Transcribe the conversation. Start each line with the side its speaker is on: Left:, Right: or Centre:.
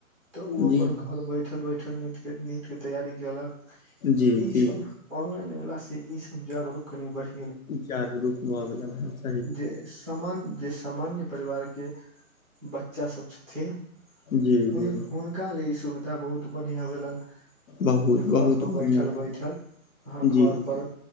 Centre: तऽ ओ अपन
Left: जी
Centre: घर बैठ- - बैठल -बैठल नीट के नीट के तैयारी केलक
Left: जी
Centre: ईसब-
Left: जी
Centre: - ऑनलाइन अयला से ई सब जागरूक कनि बढ़ी- -
Left: जागरूक भऽ गेलैए।
Centre: जे समान् जे समान्य परिवार के बच्चा सब छथिन।
Left: जी
Centre: हुं
Left: जी
Centre: हुनका ई सुविधा बहुत बढ़ियाँ भेलेन।
Left: बहुत
Centre: जे घरपर
Left: बहुत बढ़िआँ
Centre: बैठल-
Left: भेल
Centre: बैठल अहाँ घर
Left: जी जी
Centre: पर